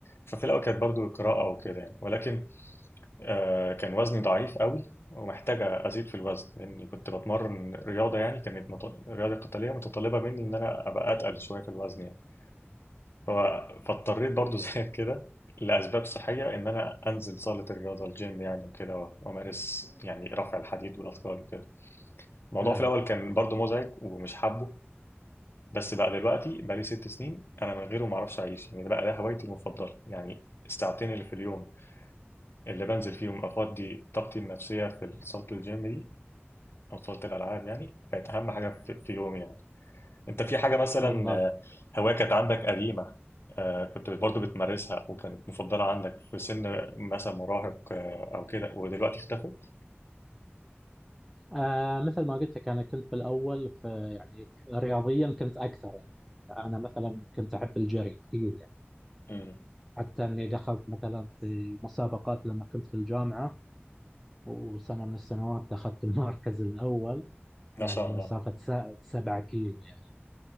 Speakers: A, on the left; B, in the centre.
A: ففي الاول كانت برضو القراءه وكده يعني ولكن آه، كان وزني ضعيف قوي ومحتاج ازيد في الوزن لاني كنت بتمرن رياضه يعني كانت مط... رياضه قتاليه متطلبه مني ان انا ابقى اتقل شويه في الوزن يعني. ف- فاضطريت برضو <laughs> زيك كده لأسباب صحية إن أنا أنزل صالة الرياضة الجيم يعني وكده و- وأمارس يعني رفع الحديد والأثقال وكده الموضوع
B: نعم
A: في الأول كان برضو مزعج ومش حابه بس بقى دلوقتي بقى لي ست سنين أنا من غيره ما أعرفش أعيش يعني ده بقى ده هوايتي المفضلة يعني الساعتين اللي في اليوم اللي بنزل فيهم أفضي طاقتي النفسية في صالة الجيم دي أو صالة الألعاب يعني بقت أهم حاجة في في يومي يعني انت في حاجة مثلا
B: بالضبط
A: آه، هواية كانت عندك قديمة آه، كنت برضه بتمارسها وكانت مفضلة عندك في سن مثلا مراهق آه، او كده ودلوقتي اختفت
B: آه مثل ما قلت لك انا كنت بالاول في يعني ك- رياضيا كنت اكثر يعني انا مثلا كنت احب الجري كثير يعني
A: امم
B: حتى اني دخلت مثلا في مسابقات لما كنت في الجامعه وسنه من السنوات اخذت المركز الاول
A: ما
B: يعني
A: شاء الله
B: مسافه س- سبعة كيلو يعني